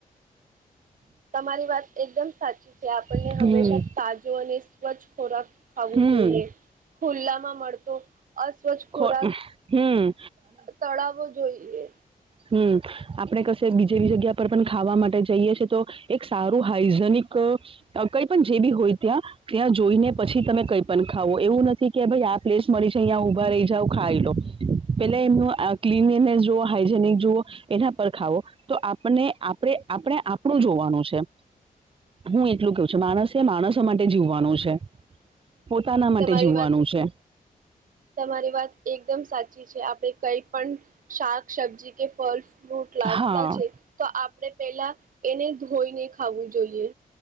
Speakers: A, on the right (about 60°); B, on the right (about 35°).
A: તમારી વાત એકદમ સાચી છે, આપણને
B: હમ
A: હંમેશા તાજો અને સ્વચ્છ ખોરાક. ખાવું
B: હમ
A: જોઈએ, ખુલ્લામાં મળતો. અસ્વચ્છ ખોરાક
B: ખો હમ
A: તળાવો જોઈએ.
B: હમ્મ આપણે કશે બીજી બી જગ્યા પર પણ ખાવા માટે જઈએ છે, તો એક સારું હાઈજેનિક. કોઈપણ જેબી હોય ત્યાં ત્યાં જોઈને, પછી તમે કંઈ પણ ખાવો એવું નથી. કે ભાઈ આ પ્લેસ મળી છે, અહીં ઉભા રહી જાવ ખાઈલો. પેલા એમનું ક્લીનલીનેસ જુઓ હાઈઇજેનિક જુવો. એના પર ખાવો તો આપને આપણે આપણે આપણું જોવાનું છે. હું એટલું કેવ છું, માણસે માણસો માટે જીવવાનું છે, પોતાના માટે
A: તમારી
B: જીવવાનું
A: વાત
B: છે.
A: તમારી વાત એકદમ સાચી છે, આપણે કઈ પણ શાક સબ્જી કે ફળ. રૂટ લાગતા
B: હા
A: છે, તો આપણેે પેલા એને ધોઈને ખાવું જોઈએ.